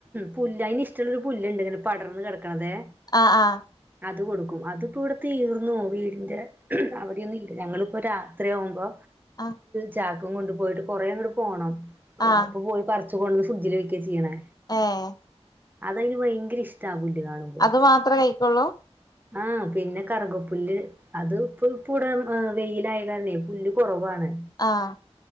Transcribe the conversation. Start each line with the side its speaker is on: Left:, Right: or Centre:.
Right: പുല്ല് അയിന് ഇഷ്ടമുള്ളരു പുല്ണ്ട് ഇങ്ങനെ പടർന്ന് കിടക്കണതെ.
Left: ആഹ് ആഹ്
Right: അത് കൊടുക്കും അതിപ്പോ ഇവിടെ തീർന്നു വീടിന്റെ അവിടെന്നും ഇല്ല ഞങ്ങളിപ്പോ രാത്രിയാകുമ്പോ.
Left: ആഹ്
Right: ചാക്കും കൊണ്ട് പോയിട്ട് കൊറേ അങ്ങട്ട് പോണം
Left: ആഹ്
Right: അപ്പൊ പോയി പറച്ച് കൊണ്ട് ഫു- ജില് വെയ്ക്കാ ചെയ്യണേ.
Left: ഏഹ്
Right: അതയിന് ഭയങ്കര ഇഷ്ടാ പുല്ല് കാണുമ്പോ.
Left: അത് മാത്രേ കഴിക്കൊള്ളൂ
Right: ആഹ് പിന്നെ കറുകപ്പുല്ല്. അത് ഇപ്പൊപ്പടവെയിലായ കാരണേ പുല്ല് കുറവാണ്.
Left: ആഹ്.